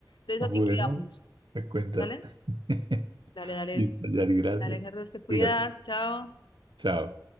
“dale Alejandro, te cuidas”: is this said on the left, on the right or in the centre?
Left